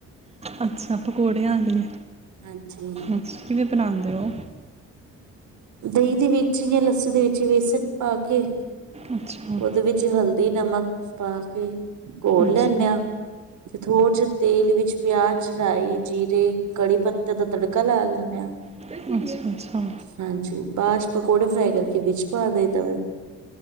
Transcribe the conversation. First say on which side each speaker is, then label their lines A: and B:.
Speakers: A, on the right; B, on the right.
A: ਅੱਛਾ। ਪਕੌੜੇ ਆਦੀਆਂ,
B: ਹਾਂਜੀ
A: ਅੱਛਾ ਕਿਵੇਂ ਬਣਾਦੇ ਹੋ?
B: ਦਹੀ ਦੇ ਵਿੱਚ ਜਾਂ ਲੱਸੀ ਦੇ ਵਿੱਚ ਹੀ ਬੇਸਣ ਪਾ ਕੇ।
A: ਅੱਛਾ
B: ਉਹਦੇ ਵਿੱਚ ਹਲਦੀ, ਨਮਕ ਪਾ ਕੇ ਘੋਲ
A: ਅੱਛਾ
B: ਲੈਣੇ ਆ। ਤੇ ਥੋੜੇ ਜਿਹੇ ਤੇਲ ਵਿੱਚ ਪਿਆਜ, ਰਾਈ, ਜੀਰੇ, ਕੜੀ ਪੱਤ- ਤਾ ਦਾ ਤੜਕਾ ਲੈ ਲੈਣੇ ਆ।
A: ਅੱਛਾ ਅੱਛਾ
B: ਹਾਂਜੀ ਬਾਚ ਪਕੌੜੇ ਫਰਾਈ ਕਰਕੇ ਵਿੱਚ ਪਾ ਦਈ ਦਾ